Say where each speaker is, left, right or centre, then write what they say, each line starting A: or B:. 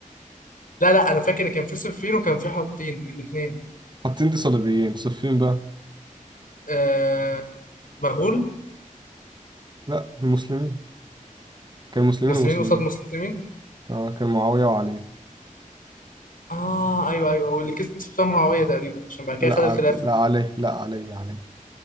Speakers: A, on the left; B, on the right.
A: لا لا انا فاكر ان كان في صفين وكان في حطين الاثنين
B: حاطين دي صليبيين صفين بقى
A: آه مغول
B: لا المسلمين كان مسلمين
A: مسلمين
B: ومسلمين
A: قصاد مسلمين
B: اه كان معاوية وعلي
A: اه ايوه ايوه واللي كسب فيها معاويه تقريبا عشان بعد كده
B: لا
A: خد
B: عل...
A: الخلافه
B: لا علي لا علي علي